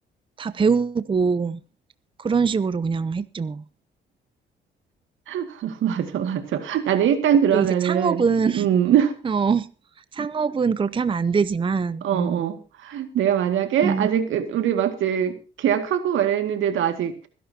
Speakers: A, on the right (about 25°); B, on the right (about 80°).
A: 다 배우고 그런 식으로 그냥 했지 뭐.
B: <laughs> 맞아, 맞아. 나는 일단
A: 근데
B: 그러면은,
A: 이제 창업은, <laughs>
B: 음.
A: 어, 창업은 그렇게 하면 안 되지만,
B: 어, 어.
A: 음,
B: 내가 만약에
A: 음,
B: 아직 그- 우리 막 이제 계약하고 말했는데도 아직